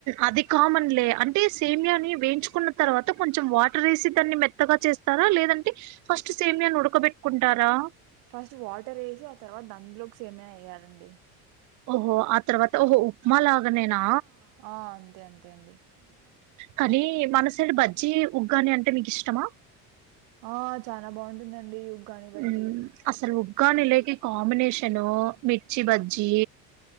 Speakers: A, on the right; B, on the right.
A: అది కామన్లే అంటే సేమియాని వేయించుకున్న తర్వాత కొంచెం వాటర్ వేసి దాన్ని మె త్తగా చేస్తార లేదంటే ఫస్ట్ సేమ్యాని ఉడకబెట్టుకుంటారా
B: ఫస్ట్ వాటర్ వేసి ఆ తర్వాత దాంట్లోకి సేమ్య వేయ్యాలండి
A: ఓహో ఆ తర్వాత ఓహో ఉప్మా లాగనేనా
B: ఆ అంతే అంతే అండి
A: కానీ మన సైడ్ బజ్జి ఉగ్గాని అంటే మీకు ఇష్టమా
B: ఆ చాలా బాగుంటుందండి ఉగ్గాని బజ్జి
A: ఉ అసలు ఉగ్గానిలేకి కాంబినేషను మిర్చి బజ్జి